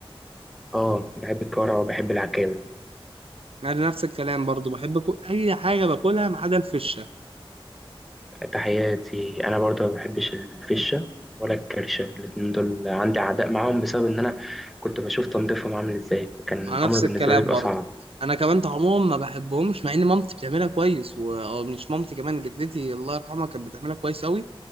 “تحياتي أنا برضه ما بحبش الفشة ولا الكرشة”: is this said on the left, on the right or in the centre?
Centre